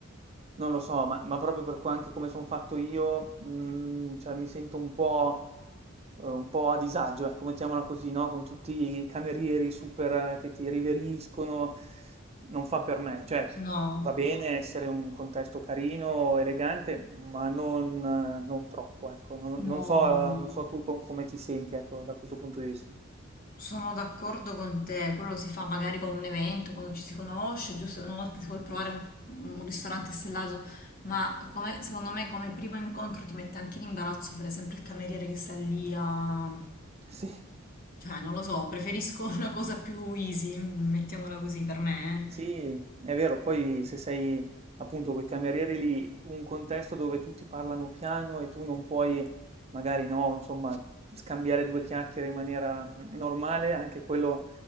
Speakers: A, on the right; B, on the left.
A: non lo so, ma, ma proprio per co- anche come sono fatto io, mh, cioè, mi sento un po', eh, un po' a disagio, ecco, mettiamola così, no? Con tutti i camerieri super eh, che ti riveriscono, non fa per me, cioè
B: No,
A: va bene essere un contesto carino, elegante, ma non, eh, non troppo, ecco, non,
B: no,
A: non so,
B: no.
A: non so tu co- come ti senti, ecco, da questo punto di vista.
B: Sono d'accordo con te, quello si fa magari con un evento, quando ci si conosce, giusto una volta si vuole provare un, un ristorante stellato, ma come- secondo me come primo incontro ti mette anche in imbarazzo, per esempio il cameriere che sta lì a...
A: Sì.
B: Cioè, non lo so, preferisco <laughs> una cosa più easy, mettiamola così per me, eh.
A: Sì, è vero, poi se sei appunto quei camerieri lì, un contesto dove tutti parlano piano e tu non puoi, magari no, insomma, scambiare due chiacchiere in maniera mm, normale, anche quello